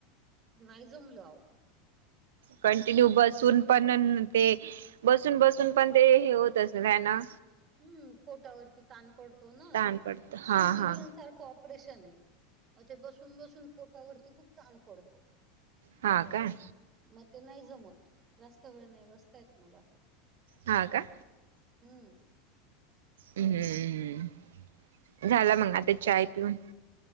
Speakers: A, on the right; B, on the right.
A: नाही जमलो आहो
B: कंटिन्यू बसून पण ते बसून बसून पण ते हे होत असेल हाय ना
A: हम्म पोटावरती ताण पडतो ना
B: ताण पडत हा
A: सिझेरियन
B: हा
A: सारखं ऑपरेशन आहे मग ते बसून बसून पोटावरती खूप ताण पडतो
B: हा काय
A: मग ते नाही जमत जास्त वेळ नाही बसतायेत मला
B: हा का?
A: हम्म.
B: हम्मम् झाला मंग आता चाय पिऊन